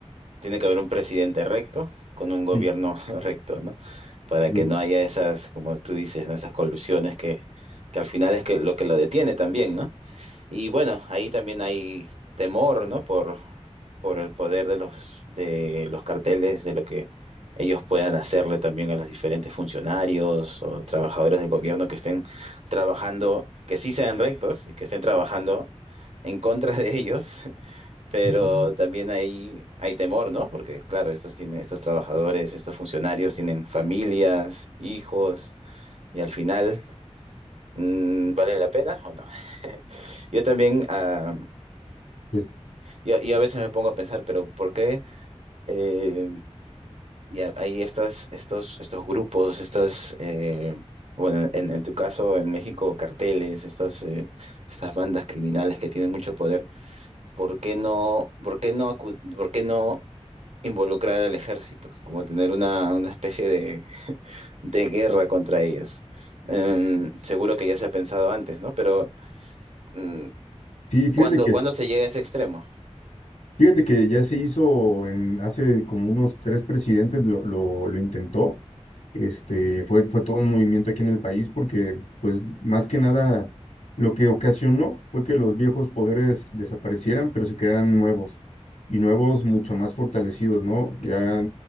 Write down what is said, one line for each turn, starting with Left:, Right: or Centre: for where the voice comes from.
Right: tiene que haber un presidente recto con un gobierno
Left: Sí.
Right: <laughs> recto, ¿no? Para
Left: Ujú.
Right: que no haya esas, como tú dices, ¿no? Esas colusiones que, que al final es que lo que lo detiene también, ¿no? Y bueno, ahí también hay temor, ¿no? Por, por el poder de los, de los carteles, de lo que ellos puedan hacerle también a los diferentes funcionarios o trabajadores del gobierno que estén trabajando, que sí sean rectos y que estén trabajando en contra de ellos, <laughs> pero
Left: Ujú.
Right: también hay, hay temor, ¿no? Porque claro, estos tienen, estos trabajadores, estos funcionarios tienen familias, hijos, y al final, mm, ¿vale la pena o no? Yo también ah,
Left: Pues,
Right: Yo, yo a veces me pongo a pensar, pero ¿por qué eh, y hay estas, estos, estos grupos, estas, eh, bueno, en, en tu caso, en México, carteles, estas, eh, estas bandas criminales que tienen mucho poder? ¿Por qué no, por qué no, acu- por qué no involucrar al ejército? Como tener una, una especie de, de guerra contra ellos. Em, seguro que ya se ha pensado antes, ¿no? Pero mm,
Left: sí, fíjate
Right: ¿cuándo,
Left: que
Right: cuándo se llega a ese extremo?
Left: Fíjate que ya se hizo en, hace como unos tres presidentes lo, lo, lo intentó. Este, fue, fue todo un movimiento aquí en el país porque, pues, más que nada, lo que ocasionó fue que los viejos poderes desaparecieran, pero se crearan nuevos y nuevos mucho más fortalecidos, ¿no? Ya